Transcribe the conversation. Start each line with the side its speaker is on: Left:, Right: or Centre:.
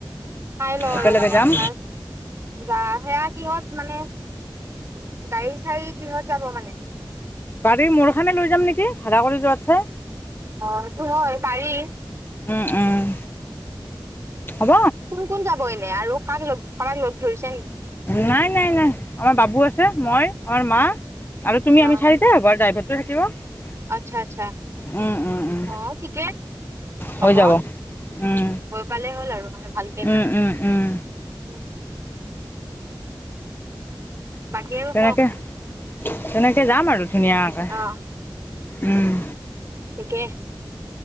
Right: চাই লওঁ
Left: একেলগে
Right: আৰু, মানে
Left: যাম
Right: আপোনাৰ বা সেয়া কিহত মানে গাড়ী চাৰী কিহত যাব মানে
Left: গাড়ী মোৰখনে লৈ যাম নেকি ভাড়া কৰি যোৱাতছে
Right: অ সেইটো হয় পাৰি
Left: উম উম, হ'ব?
Right: কোন কোন যাব এনে, আৰু কাক লগ, কাবাক লগ ধৰিছে নেকি?
Left: নাই নাই নাই, আমাৰ বাবু আছে, মই, আমাৰ মা আৰু তুমি
Right: অ
Left: আমি চাৰি তে হ'ব আৰু ড্ৰাইভাৰতোহে থাকিব
Right: আচ্ছা আচ্ছা
Left: উম, উম, উম।
Right: অ ঠিকে হ'ব
Left: হৈ যাব উম
Right: গৈ পালে হ'ল আৰু মানে ভালকে
Left: উম উম উম
Right: উম বাকী আৰু
Left: তেনেকে
Right: কওক?
Left: তেনেকে যাম আৰু ধুনীয়াকে
Right: অ',
Left: উম
Right: ঠিকে